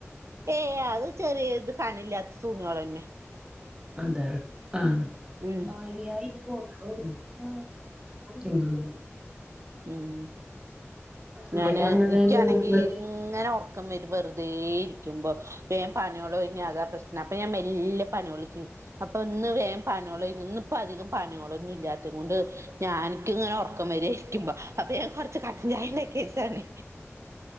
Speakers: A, on the right; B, on the right.
A: ഏയ് അത് ചെറിയ ഇത് കനയില്ലാത്ത തുണിയോളന്നെ
B: അതാണ് അഹ്
A: ഉം
B: അഹ് <unintelligible>
A: ഉമ്
B: ഇവിടെ
A: ഞാന്
B: അങ്ങനെന്നെ
A: ഇക് ആണെങ്കി ഇങ്ങന ക്കം വെരും വെറുതെ ഇരിക്കുബം വേയം പനിയോള് ഒയ്ങ്ങിയ അതാ പ്രശ്നം അപ്പൊ ഞാൻ മെല്ലേ പണിയോള് ചെയ്യും അപ്പൊ ഇന്ന് വേഗം പണിയോളയിഞ്ഞു, ഇന്ന ഇപ്പ അധികം പാനയോളൊന്നും ഇല്ലാത്ത കൊണ്ട് ഞാനിക്ക ഇങ്ങനെ ഉറക്കം വരെ. ക്കുമ്പ അപ്പൊ ഞാൻ കൊറച്ച് കട്ടൻ ചായ കേസാണ്